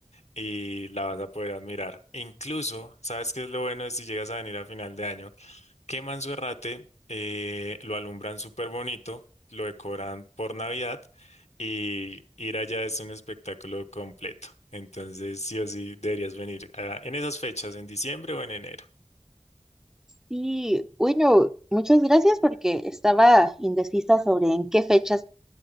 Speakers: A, on the left (about 75°); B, in the centre.
A: y la vas a poder admirar. Incluso, ¿sabes qué es lo bueno de si llegas a venir a final de año? queman su errate, eh, lo alumbran súper bonito, lo decoran por Navidad y ir allá es un espectáculo completo. Entonces, sí o sí, deberías venir ah, en esas fechas, en diciembre o en enero.
B: Y bueno, muchas gracias porque estaba indecisa sobre en qué fechas